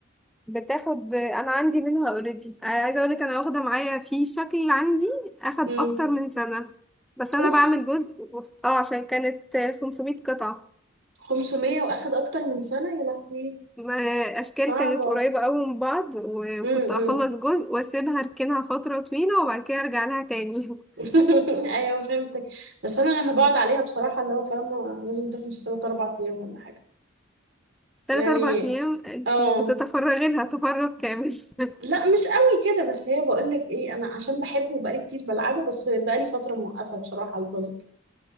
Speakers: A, in the centre; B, on the right.
A: بتاخد انا عندي منها اوريدي عايزه اقولك انا واخده معايا في شكل عندي اخد
B: امم
A: اكتر من سنه بس انا
B: اوف
A: بعمل جزء وس- اه عشان كانت 500 قطعه
B: 500 واخد اكتر من سنة يا لهوي
A: ما اشكال
B: صعبة
A: كانت قريبه قوي من بعض و-
B: امم
A: وكنت اخلص جزء واسيبها اركنها فتره طويله وبعد كده ارجع لها تاني <laughs>
B: <laughs> ايوه فهمتك بس انا لما بقعد عليها بصراحة اللي هو فاهمة لازم تخلص 3 4 ايام ولا حاجة
A: تلات
B: يعني
A: اربع ايام انتي
B: اه
A: بتتفرغي لها تفرغ كامل <laughs>
B: لا مش قوي كده بس هي بقول لك ايه انا عشان بحبه وبقالي كتير بلعبه بس بقالي فترة موقفة بصراحة البازل